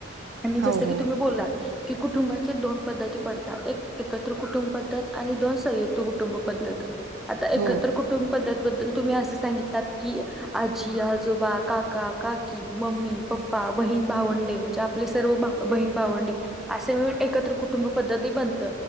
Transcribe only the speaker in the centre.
आणि
जसं
की तुम्ही बोलाल की कुटुंबाचे दोन पद्धती पडतात एक एकत्र कुटुंब पद्धत आणि दोन संयुक्त कुटुंब पद्धत आता एकत्र
कुटुंब पद्धती बदल तुम्ही असं सांगितलात की आजी आजोबा काका काकी मम्मी पप्पा बहीण भावंडे म्हणजे आपले सर्व बहीण भावंडे असे मिून एकत्र कुटुंब पद्धती बनत